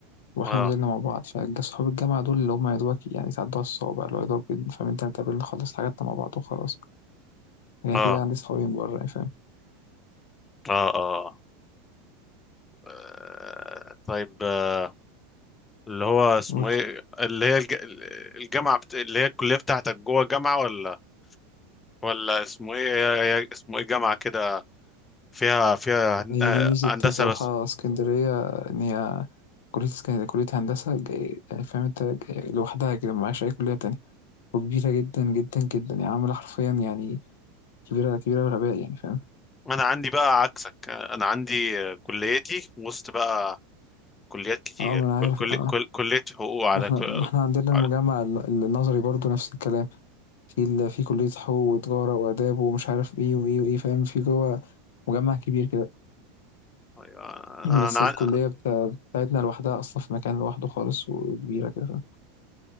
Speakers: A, on the left; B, on the left.
A: وإحنا
B: آه,
A: ما زلنا مع بعض، فج صحاب الجامعة دول اللي هم يا دوبك يعني تعدّوها الصوابع، اللي هو يا دوبك فاهم أنت بتقابلنا خلّصنا حاجاتنا مع بعض وخلاص. غير
B: اه
A: كده عندي صحابي من برّه يعني فاهم.
B: اه اه آه، طيب آه، اللي هو اسمه
A: قُل لي.
B: ايه اللي هي الج... الجامعة بت... اللي هي الكلية بتاعتك جوه جامعة ولا ولا اسمه ايه هي- هي- اسمه ايه جامعة كده فيها فيها هن-
A: هي
B: آه،
A: دي ميزة
B: هندسة
A: صراحة
B: بس
A: اسكندرية إن هي كلية اسكندرية كلية هندسة جاي- يعني فاهم أنت جاي- لوحدها كده معاش أي كلية تانية وكبيرة جدا جدا جدا يعني عاملة حرفيا يعني كبيرة كبيرة الغباء يعني فاهم
B: انا عندي بقى عكسك آه، انا عندي آه، كليتي وسط بقى كليات كتير
A: اه ما أنا
B: كل...
A: عارف
B: كل...
A: اه
B: كل... كلية حقوق على
A: ما احنا
B: ك-
A: ما احنا عندنا المجمع
B: على-
A: ال- النظري برضو نفس الكلام في ال... في كلية حقوق وتجارة وآداب ومش عارف ايه وايه وايه فاهم في جوه مجمع كبير كده
B: انا
A: <clears throat> بس
B: انا
A: الكلية بتاع- بتاعتنا لوحدها أصلا في مكان لوحده خالص وكبيرة كده فاهم